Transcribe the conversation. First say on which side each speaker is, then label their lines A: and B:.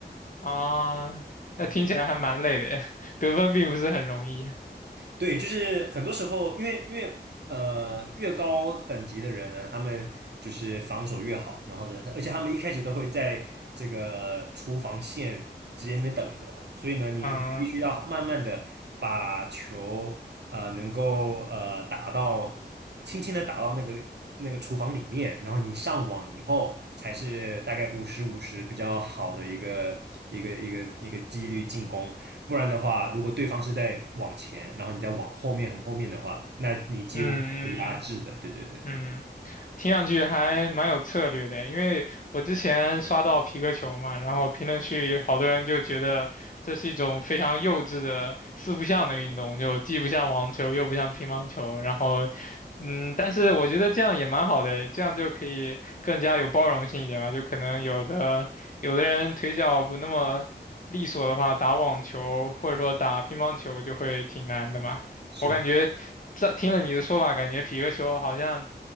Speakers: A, on the left (about 50°); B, on the right (about 70°).
A: 啊，那听起来还蛮累的耶，
B: 对。
A: <laughs> 得分并不是很容易。
B: 对，就是很多时候，因为因为呃，越高等级的人呢，他们就是防守越好，然后呢，他而且他们一开始都会在这个厨房线直接那边等着了，所以呢，你必须要慢慢的把球呃能够呃打到轻轻的打到那个那个厨房里面，
A: 嗯
B: 然后你上网以后才是大概五十五十比较好的一个一个一个一个几率进攻。不然的话，如果对方是在往前，然后你再往后面很后面的话，那你几乎被压制的。
A: 嗯嗯。嗯
B: 对对对，
A: 嗯，听上去还蛮有策略的，因为我之前刷到皮克球嘛，然后评论区好多人就觉得这是一种非常幼稚的四不像的运动，就既不像网球，又不像乒乓球，然后，嗯，但是我觉得这样也蛮好的，这样就可以更加有包容性一点吧，就可能有的有的人腿脚不那么利索的话，打网球或者说打乒乓球就会挺难的嘛，
B: 是，
A: 我感觉。这听了你的说法，感觉皮克球好像。